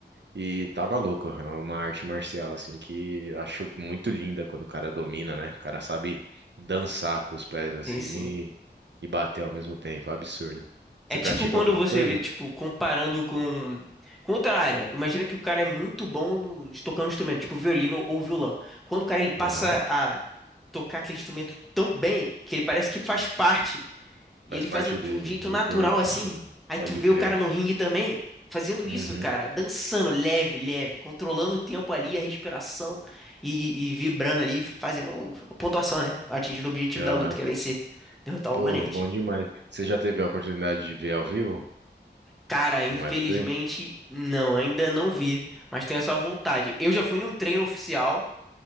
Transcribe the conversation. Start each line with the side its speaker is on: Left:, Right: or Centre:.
Right: e tá maluco, é uma arte marcial, assim, que eu acho muito linda quando o cara domina, né? O cara sabe dançar com os pés, assim,
Centre: Sim, sim.
Right: e, e bater ao mesmo tempo, é um absurdo.
Centre: É
Right: Você
Centre: tipo
Right: pratica
Centre: quando
Right: alguma
Centre: você
Right: coisa?
Centre: vê, tipo, comparando com. Com outra área. Imagina que o cara é muito bom no tocando um instrumento, tipo violino ou violão. Quando o cara ele passa
Right: Aham,
Centre: a tocar aquele instrumento tão bem que ele parece que faz parte E
Right: Faz
Centre: ele faz
Right: parte
Centre: um- de
Right: dele,
Centre: um jeito natural
Right: do corpo,
Centre: assim.
Right: <laughs>
Centre: Aí
Right: pode
Centre: tu vê
Right: crer.
Centre: o cara no ringue também, fazendo
Right: Uhum.
Centre: isso, cara, dançando leve, leve, controlando o tempo ali, a respiração e, e- e vibrando ali, fazendo a pontuação, né? Atingindo o objetivo
Right: Aham.
Centre: da luta, que é vencer, derrotar o
Right: Pô,
Centre: oponente.
Right: bom demais. Você já teve a oportunidade de ver ao vivo
Centre: Cara, infelizmente,
Right: um UFC?
Centre: não, ainda não vi, mas tenho essa vontade. Eu já fui num treino oficial,